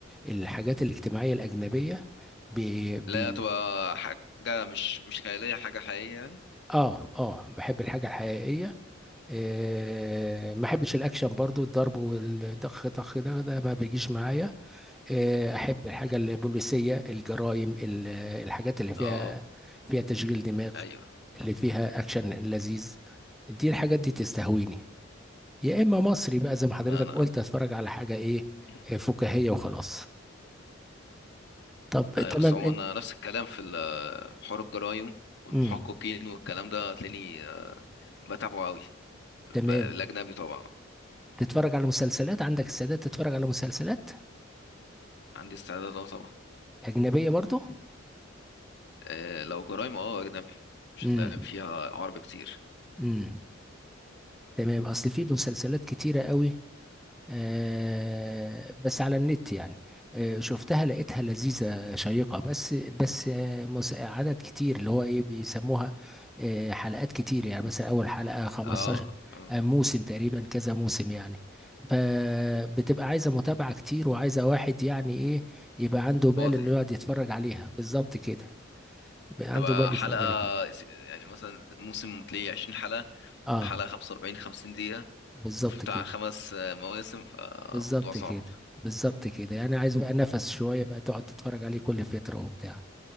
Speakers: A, in the centre; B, on the left.
A: الحاجات الاجتماعية الاجنبية بي بي
B: لا تبقى حاجه مش مش خياليه حاجه حقيقيه يعني
A: اه اه بحب الحاجة الحقيقية
B: مم.
A: آه ما بحبش الاكشن برضو الضرب والدخ طخ ده ده ما بيجيش معايا آه، احب الحاجه البوليسيه الجرائم ال- الحاجات اللي فيها
B: اه
A: فيها تشغيل دماغ
B: ايوه
A: اللي فيها اكشن لذيذ دي الحاجات دي تستهويني يا اما مصري بقى زي ما حضرتك
B: انا
A: قلت اتفرج على حاجه ايه
B: مم.
A: آه، فكاهيه وخلاص طب
B: ايوه
A: تمام
B: بس هو
A: انت
B: انا نفس الكلام في ال- في حوار الجرايم والمحققين
A: مم.
B: والكلام ده هتلاقيني آه، بتابعه قوي
A: تمام
B: الاجنبي طبعا
A: تتفرج على مسلسلات عندك السادات تتفرج على مسلسلات
B: عندي استعداد اه طبعا
A: اجنبيه برضو
B: آه لو جرايم اه اجنبي مش
A: امم
B: هتلاقي فيها عربي كتير
A: امم تمام اصل في مسلسلات كتيره قوي آه، بس على النت يعني آه، شفتها لقيتها لذيذة شيقة بس بس آه، مس- عدد كتير اللي هو ايه بيسموها آه، حلقات كتير يعني مثلا اول حلقة 15
B: اه آه،
A: آه، موسم تقريبا كذا موسم يعني فبتبقى عايزة متابعة كتير وعايزة واحد يعني ايه يبقى عنده بال
B: فاضي
A: انه يقعد يتفرج عليها بالظبط كده يبقى عنده
B: تبقى
A: بال يتفرج
B: حلقة
A: عليها
B: س- يعني مثلا موسم تلاقيه 20 حلقة
A: اه
B: ولا حلقة 45 50 دقيقة
A: بالظبط
B: في بتاع
A: كده
B: خمس آه، مواسم فموضوع
A: بالظبط
B: صعب
A: كده بالظبط كده يعني عايز بقى نفس شوية بقى تقعد تتفرج عليه كل فترة وبتاع